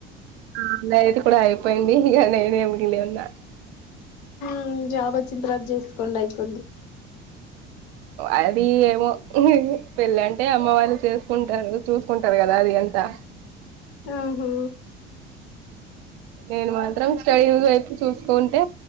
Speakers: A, on the right; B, on the left.
A: అన్నయది కూడా అయిపోయింది ఇగా నేనే మిగిలి ఉన్నా
B: మ్ జాబ్ వోచిన తర్వాత చేసుకోండి అయిపోద్ది
A: అది ఏమో పెళ్ళి అంటే అమ్మ వాళ్ళు చేసుకుంటారు చూసుకుంటారు గదా అది అంతా
B: ఆహా
A: నేను మాత్రం స్టడీ వైపు చూసుకుంటే